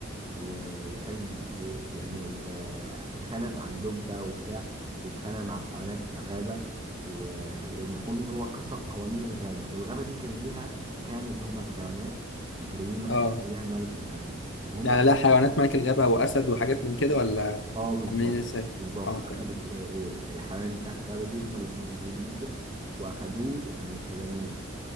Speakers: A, on the right (about 25°); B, on the left (about 65°).
A: و- وكان و- يعني و- اتخانق مع الدب بقى وبتاع واتخانق مع الحيوانات في الغابة و- والمفروض إن هو كسر قوانين الغابة والغابة دي كان ليها سكان اللي هم الحيوانات وكان ليه
B: اه
A: وكان ليها ملك الغابة المهم
B: يعني
A: أخد
B: لا حيوانات ملك الغابة وأسد وحاجات من كده ولا
A: اه بالظبط
B: عاملين ازاي؟
A: بالظبط
B: اه
A: أخد
B: طيب
A: ال- ال- الحيوانات بتاعت الغابة دي هم اللي كانوا موجودين فيها وأخدوه آه، سجنوه